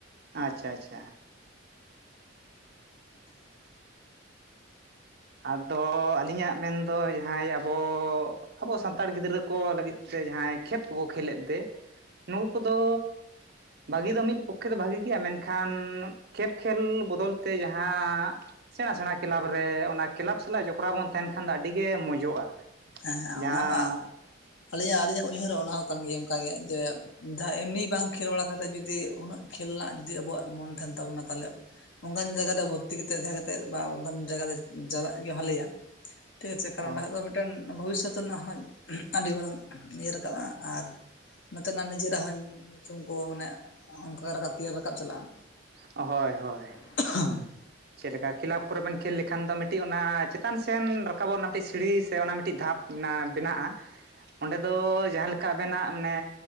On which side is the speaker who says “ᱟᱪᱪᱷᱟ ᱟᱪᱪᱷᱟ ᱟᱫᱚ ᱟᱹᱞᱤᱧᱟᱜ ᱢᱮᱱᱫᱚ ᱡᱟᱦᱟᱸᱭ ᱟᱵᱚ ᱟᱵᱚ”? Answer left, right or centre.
Right